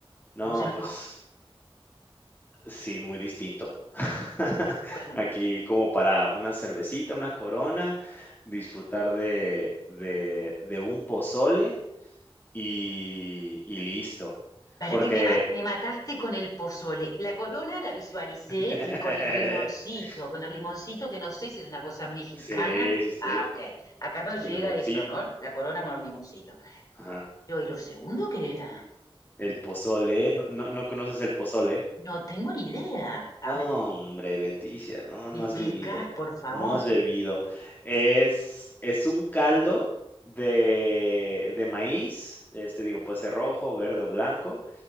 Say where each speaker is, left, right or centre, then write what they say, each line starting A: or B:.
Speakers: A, on the left; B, on the left.
A: No,
B: Estamos en otoño.
A: pues sí, muy distinto. <laughs>
B: Bueno,
A: Aquí como para una cervecita, una corona, disfrutar de, de, de un pozole y, y listo.
B: Para
A: Porque,
B: que me, ma- me mataste con el pozole. La corona la visualicé
A: <laughs>
B: y con el limoncito, con el limoncito que no sé si es una cosa mexicana.
A: sí, sí,
B: Ah,
A: sí.
B: ok. Acá no llega
A: Limoncito,
B: eso, ¿no? La corona con el limoncito.
A: ajá.
B: Yo, ¿y lo segundo qué era?
A: El pozole, ¿no no no conoces el pozole?
B: No tengo ni idea. Ah,
A: No,
B: me,
A: hombre, Leticia, no, no
B: me explicás,
A: has vivido,
B: por favor.
A: no has bebido. Es es un caldo de de maíz, este, digo, puede ser rojo, verde o blanco,